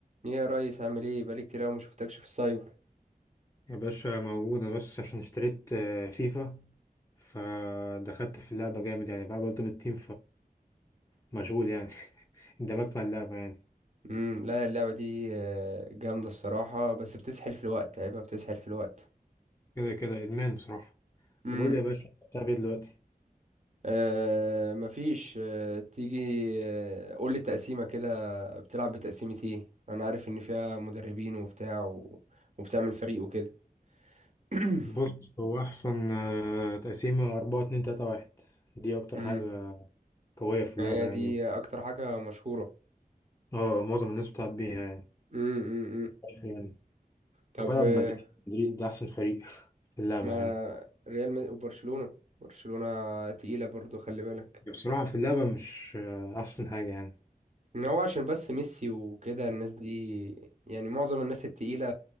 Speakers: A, on the right (about 50°); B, on the left (about 20°).
A: ايه يا ريس عامل ايه بقالي كتير قوي ما شفتكش في السايبر
B: يا باشا موجودة بس عشان اشتريت آه، فيفا فدخلت في اللعبة جامد يعني بقى التيم تيم فمشغول يعني <laughs> اندمجت مع اللعبة يعني
A: امم لا اللعبه دي آه، جامده الصراحه بس بتسحل في الوقت عيبها بتسحل في الوقت
B: كده كده إدمان بصراحة
A: امم
B: طب قول لي يا باشا بتلعب ايه دلوقتي؟
A: آه مفيش آه تيجي آه قول لي التقسيمه كده بتلعب بتقسيمه ايه انا عارف ان فيها مدربين وبتاع و... وبتعمل فريق وكده <coughs> <clears throat>
B: بص هو أحسن آه، تقسيمة أربعة اتنين تلاتة واحد دي أكتر
A: امم
B: حاجة قوية في اللعبة
A: هي
B: يعني
A: دي اكتر حاجه مشهوره
B: اه معظم الناس بتلعب بيها يعني
A: امم
B: يعني
A: طب
B: وبلعب
A: آه،
B: مدريد مدريد ده أحسن فريق في اللعبة
A: ما
B: يعني
A: ريال مد... وبرشلونه برشلونه تقيله برضو خلي بالك
B: بصراحة في اللعبة مش آه، أحسن حاجة يعني
A: إن هو عشان بس ميسي وكده الناس دي يعني معظم الناس التقيلة